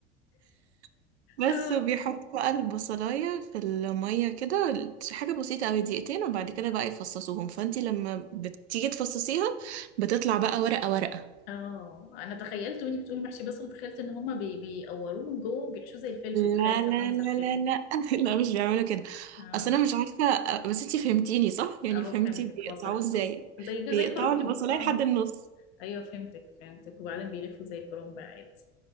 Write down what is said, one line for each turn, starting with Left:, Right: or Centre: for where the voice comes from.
Right: <laughs> بس
Left: اه
Right: وبيحطوا بقى البصلاية في المية كده حاجة بسيطة أوي دقيقتين وبعد كده بقى يفصصوهم فانت لما بتيجي تفصصيها بتطلع بقى ورقة ورقة
Left: اه انا تخيلت وانت بتقولي محشي بصل تخيلت ان هما بي بيقوروه من جوه وبيحشوه زي الفلفل
Right: لا
Left: تخيلت
Right: لا
Left: المنظر
Right: لا لا
Left: كده
Right: لا <laughs> لا مش بيعملوا كده
Left: اه
Right: اصل انا مش عارفه بس انتي فهمتيني صح يعني
Left: اه
Right: فهمتي
Left: فهمتك
Right: بيقطعوه
Left: وصلت
Right: ازاي
Left: وصلت زي
Right: بيقطعوا
Left: زي كرنب
Right: البصلايه
Left: اه
Right: لحد النص
Left: ايوه فهمتك فهمتك وبعدين بيلفوا زي كرنب عادي